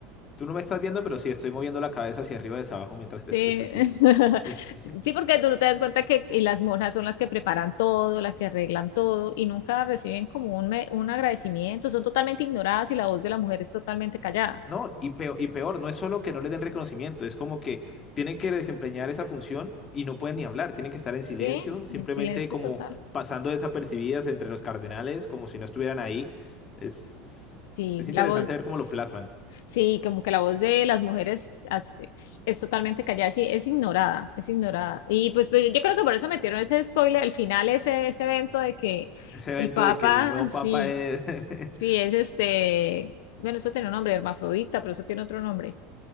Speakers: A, on the left (about 25°); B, on the left (about 75°).
A: tú no me estás viendo, pero sí estoy moviendo la cabeza hacia arriba y hacia abajo mientras te
B: Sí.
A: escucho. Sí,
B: <laughs>
A: sí. Es,
B: Sí, sí, porque tú no te das cuenta que y las monjas son las que preparan todo, las que arreglan todo y nunca reciben como un, me- un agradecimiento, son totalmente ignoradas y la voz de la mujer es totalmente callada.
A: No, y peor, y peor, no es solo que no le den reconocimiento, es como que tienen que desempeñar esa función y no pueden ni hablar, tienen que estar en silencio,
B: Sí,
A: simplemente
B: en silencio
A: como
B: total.
A: pasando desapercibidas entre los cardenales, como si no estuvieran ahí. Es, es,
B: Sí,
A: es interesante
B: la voz.
A: ver cómo lo plasman.
B: Sí, como que la voz de las mujeres as- es, es totalmente callada, sí, es ignorada, es ignorada. Y pues, pues, yo creo que por eso metieron ese spoiler, el final, ese, ese evento de que
A: Ese evento
B: el Papa,
A: de que el nuevo
B: sí,
A: papa es...
B: sí,
A: <laughs>
B: es este, bueno, eso tiene un nombre, hermafrodita, pero eso tiene otro nombre.